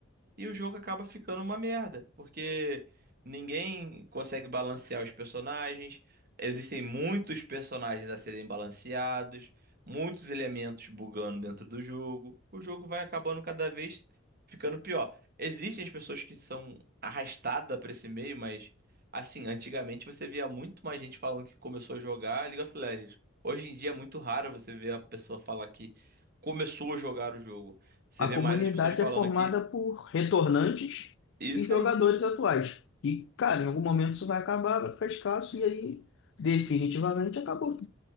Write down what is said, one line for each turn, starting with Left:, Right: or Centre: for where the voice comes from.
Right: E o jogo acaba ficando uma merda, porque ninguém consegue balancear os personagens. Existem muitos personagens a serem balanceados, muitos elementos bugando dentro do jogo. O jogo vai acabando cada vez ficando pior. Existem as pessoas que são arrastadas para esse meio, mas assim, antigamente você via muito mais gente falando que começou a jogar League of Legends. Hoje em dia é muito raro você ver a pessoa falar que começou a jogar o jogo. Você
Left: A
Right: vê
Left: comunidade
Right: mais as pessoas falando
Left: é formada
Right: que
Left: por retornantes
Right: isso
Left: e jogadores
Right: aí.
Left: atuais. E, cara, em algum momento isso vai acabar, vai ficar escasso, e aí definitivamente acabou.